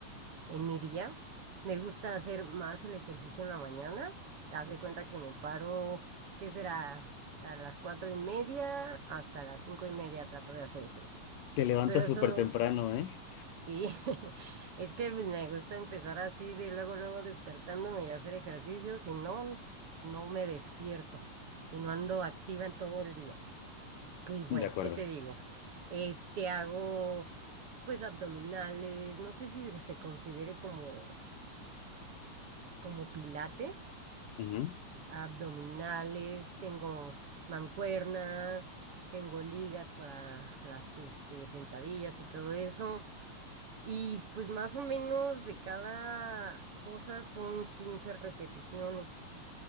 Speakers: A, on the right; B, on the left.
A: en mi día. Me gusta hacer más el ejercicio en la mañana. Haz de cuenta que me paro, ¿qué será? A las cuatro y media hasta las cinco y media trato de hacer ejercicio.
B: Te levantas
A: Pero
B: súper
A: son
B: temprano, ¿eh?
A: Sí, <laughs> es que me gusta empezar así de luego, luego despertándome y hacer ejercicio, si no, no me despierto y no ando activa en todo el día. Y bueno,
B: De acuerdo.
A: ¿qué te digo? Este hago pues abdominales, no sé si se considere como, como pilates,
B: Ujú.
A: abdominales, tengo mancuernas, tengo ligas para las este, sentadillas y todo eso. Y pues más o menos de cada cosa son 15 repeticiones